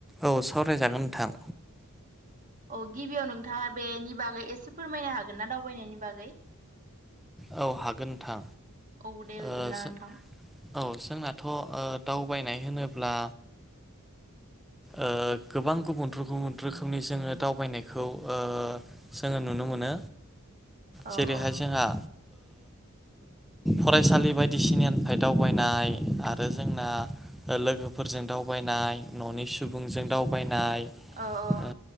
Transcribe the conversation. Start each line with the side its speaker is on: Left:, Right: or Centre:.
Centre: औ सावरायजागोन नोंथां।
Right: औ गिबियाव नोंथाङा बेनि बागै एसे फोरमायनो हागोन ना दावबायनायनि बागै?
Centre: औ हागोन नोंथां।
Right: औ दे
Centre: ओ
Right: बिदिब्ला
Centre: जो
Right: नोंथां
Centre: औ जोंनाथ' दावबायनाय होनोब्ला ओ गोबां गुबुन गुबुन रोखोमनि जोङो दावबायनायखौ ओ जोङो नुनो मोनो
Right: औ
Centre: जेरैहाय
Right: औ
Centre: जोंहा फरायसालि बायदिसिनानिफ्राय दावबायनाय आरो जोंना लोगोफोरजों दावबाय दावबायनाय न'नि सुबुंजों दावबायनाय
Right: औ औ
Centre: ओ